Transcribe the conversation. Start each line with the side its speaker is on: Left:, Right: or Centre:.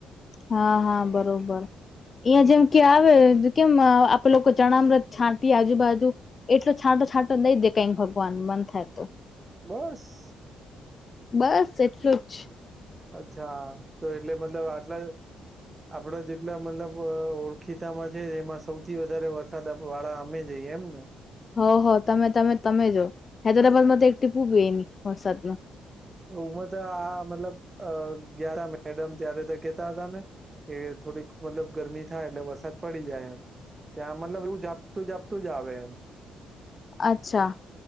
Left: હા હા બરોબર. અહંયા જેમ કે આવે કેમ આપે લોકો ચણ મ્રત છાંટી આજુબાજુ એટલો છાંટો છાંટો દઈ દે કઈક ભગવાન મન થાય તો
Right: બસ.
Left: બસ એટલું જ.
Right: અચ્છા તો એટલે મતલબ આટલા
Left: <inaudible>
Right: આપડો જેટલા મતલબ ઓળખીતામાં છે એમાં સૌથી વધારે વરસાદ વાળા અમે જઈએ એમને.
Left: હ હ તમે તમે તમે જો હૈદરાબાદ માં તો એક ટીપૂ બી ની વરસાદમાં.
Right: <unintelligible> આ મતલબ <unintelligible> ત્યારે તો કેતા હતા ને. કે થોડીક મતલબ ગરમી થાય એટલે વરસાદ પડી જાય એમ. ત્યાં મતલબ એવું ઝાપટુ ઝાપટુ જ આવે એમ.
Left: અચ્છા.